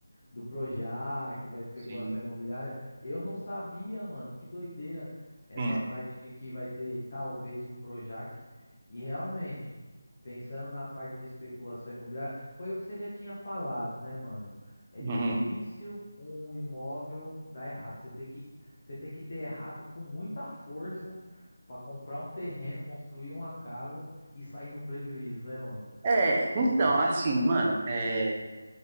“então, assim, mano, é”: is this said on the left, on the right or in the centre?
Right